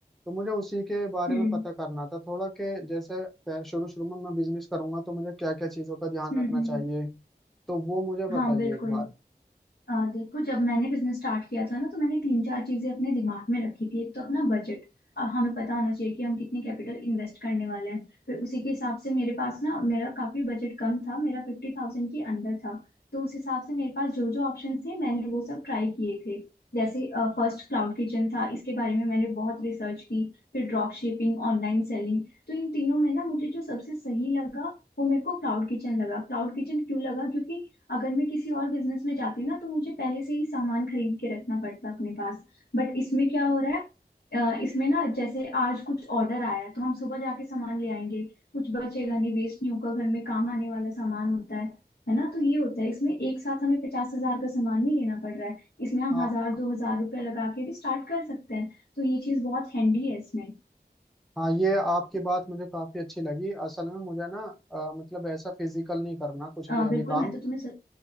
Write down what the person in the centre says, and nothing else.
तो मुझे उसी के बारे
में पता करना था थोड़ा कि जैसे पह- शुरू शुरू में मैं बिजनेस करूंगा तो मुझे क्या क्या चीज़ों का ध्यान
रखना
चाहिए तो वो मुझे बताइए
एक बार
हाँ
हाँ ये आपकी बात मुझे काफी अच्छी लगी असल में मुझे ना अ, मतलब ऐसा फिजिकल नहीं करना कुछ
भी अभी
काम